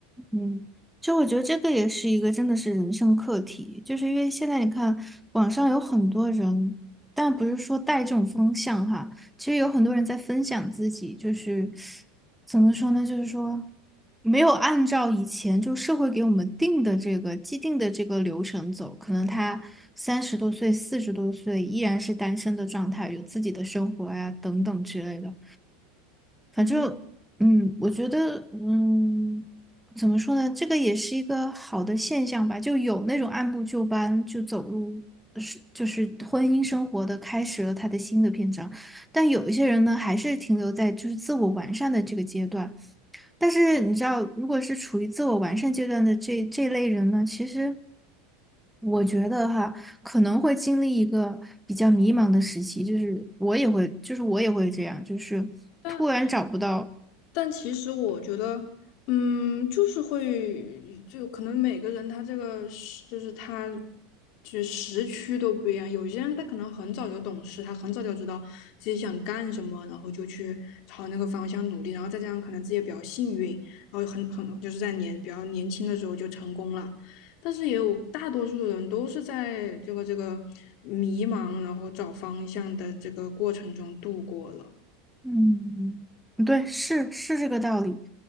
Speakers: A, in the centre; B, on the left.
A: 嗯，就我觉得这个也是一个真的是人生课题，就是因为现在你看网上有很多人，但不是说带这种风向哈，其实有很多人在分享自己，就是怎么说呢，就是说没有按照以前就社会给我们定的这个既定的这个流程走，可能他三十多岁、四十多岁依然是单身的状态，有自己的生活呀、等等之类的。反正。
B: 嗯，
A: 嗯，我觉得，嗯，怎么说呢？这个也是一个好的现象吧，就有那种按部就班就走入呃是就是婚姻生活的开始了他的新的篇章，但有一些人呢，还是停留在就是自我完善的这个阶段。但是你知道，如果是处于自我完善阶段的这这类人呢，其实我觉得哈，可能会经历一个比较迷茫的时期，就是我也会，就是我也会这样，就是突然找不到。
B: 但但其实我觉得，嗯，就是会，就可能每个人他这个时就是他，就是时区都不一样。有些人他可能很早就懂事，他很早就知道自己想干什么，然后就去朝那个方向努力。然后再加上可能自己也比较幸运，然后很很就是在年比较年轻的时候就成功了。但是也有大多数的人都是在这个这个迷茫，然后找方向的这个过程中度过了。
A: 嗯，嗯对，是是这个道理。